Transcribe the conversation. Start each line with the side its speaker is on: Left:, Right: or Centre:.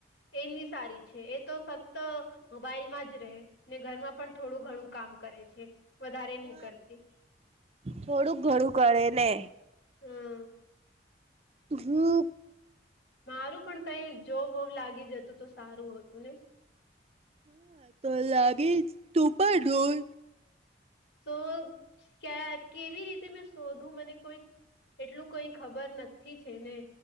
Left: એની સારી છે એ તો ફક્ત મોબાઈલ માં જ રહે ને ઘરમાં પણ થોડું ઘણું કામ કરે છે વધારે નહી
Right: હા
Left: કરતી
Right: થોડુંક ઘણું કરે ને
Left: હમ્મ.
Right: <unintelligible>
Left: મારું પણ કઈ જોબ વોબ લાગી જતું તો સારું હોતું ને.
Right: હા તો લાગે ટોપાઢોલ.
Left: તો ક કેવી રીતે મેં શોધું મને કોઈ એટલું કઈ ખબર નથી છે ને.